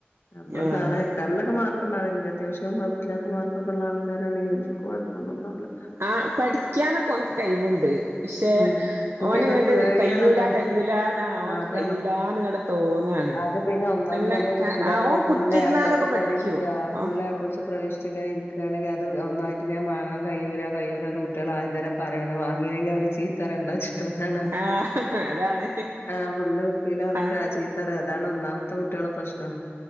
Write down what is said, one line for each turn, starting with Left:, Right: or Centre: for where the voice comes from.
Left: നമ്മള്
Right: ആഹ്
Left: സാധാ എക്സാമിലൊക്കെ മാർക്ക്ക്കണ്ടാവല്ല്ലേ അത്യാവശ്യം കൊഴപ്പല്ലാത്ത മാർക്കൊക്കെള്ള ആള്ക്കാരാണെ പിന്നെ കൊഴ പ്പോന്നുണ്ടാവൂലാ
Right: ആഹ് പഠിക്ക്യാനൊക്കെ ഓന്ക്ക് കഴിവ്ണ്ട് പക്ഷെ
Left: ഉം കുട്ടികക്കൊരു
Right: ഓന്ങ്ങെട്ട്
Left: പേടിയാണത്
Right: കയ്യൂല കയ്യൂലാ ആഹ് ഓന്ക്ക്
Left: ആ, അതാണ്
Right: കയ്യൂലാന്ന്ങ്ങെട്ട് തോന്നാണ്
Left: അത് പിന്നെ ഒന്നാമത്
Right: നല്ല
Left: നമ്മള് രക്ഷിതാക്കള്
Right: ക്കാ ആഹ് ഓൻ
Left: ഫുള്ള്
Right: കുത്തിര്ന്നാലൊക്കെ
Left: എ പ്ലസ് പ്രതീക്ഷിച്ച്
Right: പഠിക്ക്യും
Left: ഫുള്ള്
Right: ആഹ്
Left: എ പ്ലസ് പ്രതീക്ഷിച്ച്ങ്ങനെ ഇരിക്കാണെങ്കി അത് ഒന്നായിറ്റ് ഞാൻ മാങ്ങാൻ കയ്യൂല കയ്യൂലാന്ന് കുട്ട്യേള് ആദ്യം തന്നെ പറ്യാണ് ഇന്നാ വാങ്ങീലെങ്കി അവരെ ചീത്തറേണ്ടാച്ച് ത്തതാണ്
Right: ആഹ് അതാണ്
Left: ആഹ് ഫുള്ള് കിട്ടീലാറിമ്പോ
Right: ആഹ്
Left: ചീ ത്തറിം അതാണ് ഒന്നാമത്തെ കുട്ട്യേളെ പ്രശ്നം